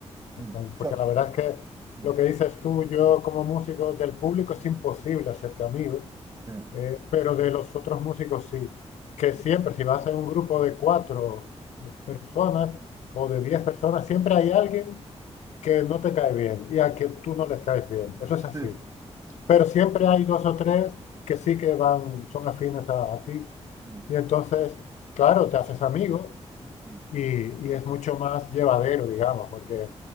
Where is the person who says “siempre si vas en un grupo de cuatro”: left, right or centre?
Left